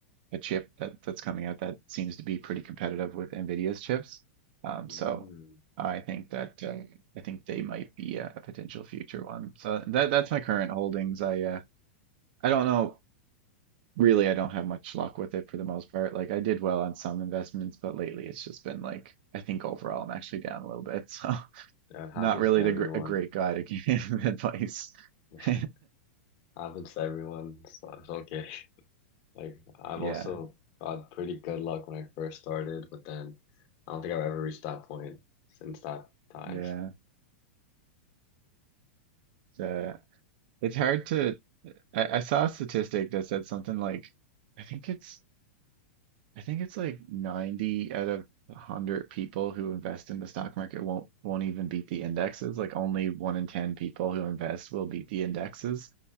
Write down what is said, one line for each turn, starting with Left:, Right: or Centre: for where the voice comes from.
Right: a chip that that's coming out that seems to be pretty competitive with NVIDIA's chips. Um,
Left: mm.
Right: so I think that uh, I think they might be a, a potential future one. So that that's my current holdings. I uh, I don't know really. I don't have much luck with it for the most part. Like I did well on some investments, but lately it's just been like I think overall I'm actually down a little bit. <laughs> So.
Left: Yeah, it happens
Right: Not really
Left: to everyone.
Right: the gr a great guy to give <laughs> advice. <laughs>
Left: <laughs> Happens to everyone, so it's okay. <laughs> Like I've
Right: Yeah,
Left: also got pretty good luck when I first started, but then I don't think I've ever reached that point since that time.
Right: yeah.
Left: <laughs>
Right: It's, uh, it's hard to. I, I saw a statistic that said something like, I think it's, I think it's like 90 out of 100 people who invest in the stock market won't won't even beat the indexes. Like only one in 10 people who invest will beat the indexes.